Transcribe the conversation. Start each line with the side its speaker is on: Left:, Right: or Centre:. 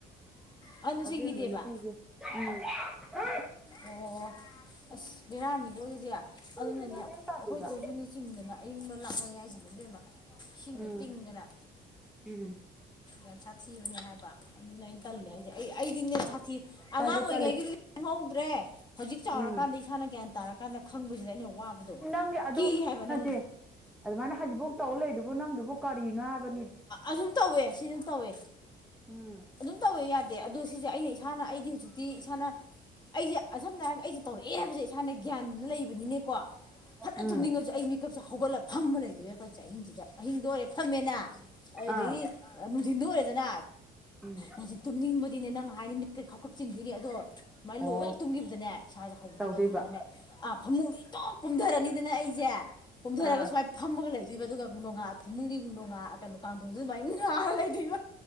Left: ꯑꯍꯟꯗꯣ
Centre: ꯑꯕꯦꯝꯃ
Left: ꯆꯤꯡꯈꯤꯗꯦꯕ
Centre: ꯅꯨꯄꯤꯁꯦ <unintelligible> <unintelligible>
Left: ꯑꯣ ꯑꯁ ꯕꯦꯔꯥꯅꯤꯀꯣ ꯑꯗꯨꯗꯤ ꯑꯗꯨꯅꯅꯦ
Centre: ꯒ꯭ꯌꯥꯟ
Left: ꯑꯣ
Centre: ꯃꯦꯟ ꯑꯃ ꯇꯥꯗꯦꯕ
Left: ꯑꯩꯈꯣꯏ ꯊꯣꯏꯁꯨꯅ ꯆꯤꯡꯗꯅ ꯑꯏꯤꯡꯕ ꯂꯥꯛꯅꯩ ꯍꯥꯏꯁꯤꯅꯦ ꯢꯕꯦꯝꯃ ꯏꯁꯤꯡꯗ
Centre: ꯎꯝ
Left: ꯇꯤꯡꯗꯅ
Centre: ꯎꯝ
Left: ꯌꯥꯝ ꯁꯥꯊꯤꯕꯅꯦ ꯍꯥꯏꯕ ꯑꯗꯨꯅ ꯑꯩꯅ ꯇꯜꯂꯦ ꯍꯥꯏꯁꯦ ꯑꯩ ꯑꯩꯗꯤꯅꯦ ꯁꯥꯊꯤ ꯑꯉꯥꯡ
Centre: ꯇꯜꯂꯦ
Left: ꯑꯣꯏꯔꯤꯉꯩꯒꯤꯗꯨꯗꯤ
Centre: ꯇꯜꯂꯦ
Left: ꯈꯪꯍꯧꯗ꯭ꯔꯦ ꯍꯧꯖꯤꯛ ꯆꯥꯎꯔꯀꯥꯟꯗ
Centre: ꯎꯝ
Left: ꯏꯁꯥꯅ ꯒ꯭ꯌꯥꯟ ꯇꯥꯔꯀꯥꯟꯗ ꯈꯪꯕꯁꯤꯗ ꯑꯩꯅ ꯋꯥꯕꯗꯣ
Centre: ꯅꯪꯒꯤ ꯑꯗꯨ
Left: ꯀꯤ ꯍꯥꯏꯕ
Centre: ꯅꯠꯇꯦ
Left: ꯅꯪ
Centre: ꯑꯗꯨꯃꯥꯏꯅ ꯍꯧꯖꯤꯛꯐꯧ ꯇꯧ ꯂꯩꯗꯨꯕꯨ ꯅꯪꯗꯨꯕꯨ ꯀꯔꯤꯅꯣ ꯍꯥꯏꯕ
Left: ꯑꯗꯨꯝ ꯇꯧꯋꯦ ꯁꯤ ꯑꯗꯨꯝ ꯇꯧꯋꯦ
Centre: ꯎꯝ
Left: ꯑꯗꯨꯝ ꯇꯧꯋꯦ ꯌꯥꯗꯦ ꯑꯗꯣ ꯁꯤꯁꯦ ꯑꯩꯅ ꯏꯁꯥꯅ ꯑꯩꯗꯤ ꯍꯧꯖꯤꯛꯇꯤ ꯏꯁꯥꯅ ꯑꯩꯁꯦ ꯁꯝꯅ ꯍꯥꯏꯔꯒ ꯑꯩꯁꯦ ꯇꯧꯔꯛꯑꯦ ꯍꯥꯏꯕꯁꯦ ꯏꯁꯥꯅ ꯒ꯭ꯌꯥꯟ ꯂꯩꯕꯅꯤꯅꯀꯣ ꯐꯖꯅ
Centre: ꯎꯝ
Left: ꯊꯨꯝꯅꯤꯡꯉꯁꯨ ꯑꯩ ꯃꯤ ꯀꯞꯁꯦ ꯍꯧꯒꯠꯂꯒ ꯐꯝꯃ ꯂꯩꯗꯣꯏꯕ ꯑꯍꯤꯡꯁꯤꯗ ꯑꯍꯤꯡꯗ ꯑꯣꯏꯔꯦ ꯐꯝꯃꯦꯅ ꯑꯗꯨꯗꯒꯤ
Centre: ꯑꯥ
Left: ꯅꯨꯡꯗꯤꯟꯗ ꯑꯣꯏꯔꯦꯗꯅ
Centre: ꯎꯝ
Left: ꯅ ꯇꯨꯝꯅꯤꯡꯕꯗꯤꯅꯦ ꯅꯪ ꯍꯥꯏꯗꯤ ꯃꯤꯠ ꯁꯦ ꯈꯥꯞ ꯈꯥꯞ ꯆꯤꯡꯗꯣꯏꯅꯤ ꯑꯗꯣ ꯁꯨꯃꯥꯏ
Centre: ꯑꯣ
Left: ꯂꯣꯡꯉꯒ ꯍꯦꯛ ꯇꯨꯝꯈꯤꯕꯗꯅꯦ ꯏꯁꯥꯁꯦ ꯍꯧꯈꯤꯗꯣꯏꯕ
Centre: ꯇꯧꯗꯣꯏꯕ
Left: ꯑꯗꯨꯗꯅꯅꯦ ꯑ ꯐꯃꯨꯡꯗ ꯏꯇꯣꯛ ꯀꯨꯝꯊꯔꯅꯤꯗꯅ ꯑꯩꯁꯦ ꯀꯨꯝꯊꯔꯒ
Centre: ꯑꯥ
Left: ꯁꯨꯃꯥꯏꯅ ꯐꯝꯃꯒ ꯂꯩꯗꯣꯏꯕ ꯑꯗꯨꯒ ꯅꯣꯡꯒꯥ ꯐꯃꯨꯡꯒꯤ ꯅꯣꯡꯉꯥ ꯀꯩꯅꯣ ꯀꯥꯡꯊꯣꯡꯗꯨ ꯑꯗꯨꯃꯥꯏꯅ ꯉꯥ ꯂꯩꯗꯣꯏꯕ